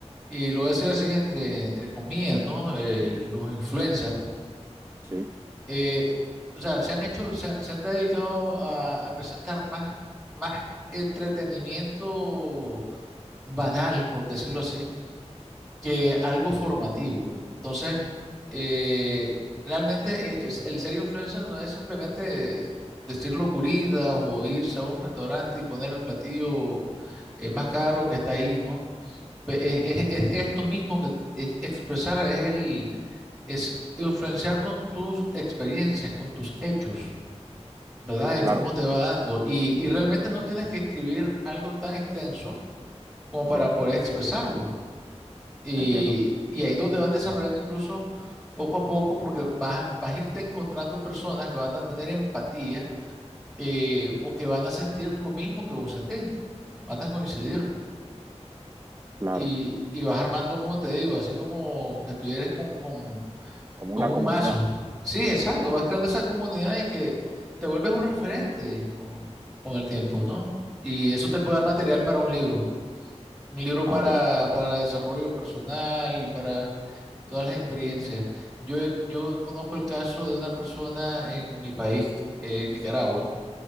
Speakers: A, in the centre; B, on the right.
A: y lo voy a decir así entre, entre comillas, ¿no? Eh, los influencers
B: Sí,
A: eh, o sea, se han hecho, se, han se han dedicado a, a presentar más, más entretenimiento banal, por decirlo así, que algo formativo. Entonces, eh, realmente eh, es- el ser influencer no es simplemente decir locuridas o irse a un restaurante y poner el platillo eh, más caro que está ahí, ¿no? Pe- eh, Es, es- es tú mismo que eh, expresar, es el, es influenciar con tus experiencias, con tus hechos. ¿verdad? De
B: claro,
A: cómo te va dando. Y, y realmente no tienes que escribir algo tan extenso como para
B: sí,
A: poder expresarlo. Y,
B: entiendo,
A: y ahí es donde vas desarrollando incluso poco a poco, porque vas, a- vas a irte encontrando personas que van a tener empatía eh, o que van a sentir lo mismo que vos sentís, van a coincidir.
B: claro,
A: Y, y vas armando, como te digo, así como que estuvieras con, con,
B: como
A: con
B: una comunidad.
A: un mazo. Sí, exacto, vas creando esa comunidad y que te vuelves un referente con, con el tiempo, ¿no? Y eso te puede dar material para un libro, un libro
B: Ah,
A: para,
B: vaya,
A: para desarrollo personal y para todas las experiencias. Yo, he- yo conozco el caso de una persona en mi país, eh, en Nicaragua,